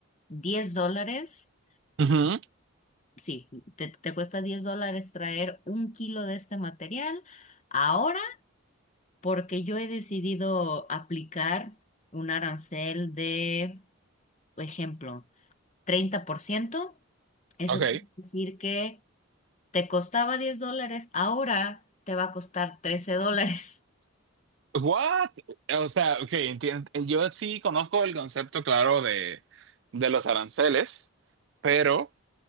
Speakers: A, on the left; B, on the right.
A: 10 dólares,
B: Ujú.
A: sí, te, te cuesta diez dólares traer un kilo de este material, ahora porque yo he decidido aplicar un arancel de, por ejemplo, 30%. Eso
B: Okay.
A: quiere decir que te costaba 10 dólares, ahora te va a costar 13 dólares.
B: What? O sea, okay, entien- eh, Yo sí conozco el concepto claro de, de los aranceles, pero